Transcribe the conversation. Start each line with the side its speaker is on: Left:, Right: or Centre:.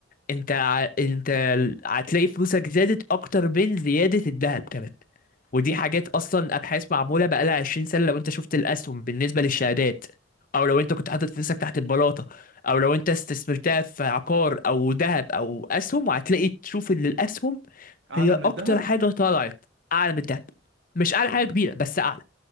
Left: انت ع... انت ال- هتلاقي فلوسك زادت اكتر من زيادة الذهب كمان ودي حاجات اصلا ابحاث معمولة بقالها 20 سنة لو انت شفت الاسهم بالنسبة للشهادات او لو انت كنت حاطط فلوسك تحت البلاطة او لو انت استثمرتها في عقار او ذهب او اسهم وهتلاقي تشوف ان الاسهم
Right: اعلى
Left: هي
Right: من الذهب
Left: اكتر حاجة طلعت اعلى من الذهب مش اعلى حاجة كبيرة بس اعلى